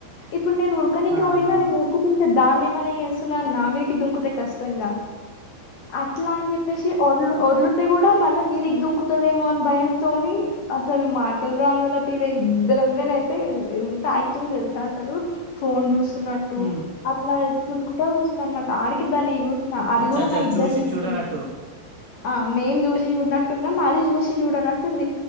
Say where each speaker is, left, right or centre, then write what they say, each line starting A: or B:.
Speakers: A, on the left; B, on the right.
A: ఇప్పుడు నేను ఉరకనీకి
B: ఆహా
A: పోయినా నేను ఉరుకుతు దాన్ని ఏమన్నా చేస్తున్నా నా మీనికి దుంకుతే కష్టంగా అట్లా అని చెప్పేసి వదిలితే కూడా మళ్ళ మీదికి దుంకుతదేమో అని భయంతోని అసలు మా టలు రానోల్ల తీరే ఇద్దరం నినైతే ఎంత యాక్టింగ్ తెలుసా అసలు ఫోన్ చూస్తున్నట్
B: మ్
A: అట్లా చూసుకుంట కూసుందన్నమాట ఆడికిద్దాన్ని చూసిన అది
B: అచ్చా
A: కూడా
B: అచ్చా
A: మా ఇద్దరిని
B: చూసి
A: చూసింది
B: చూడనట్టు
A: ఆ మేం చూసి చూడనట్టున్నం అది చూసి చూడనట్టుంది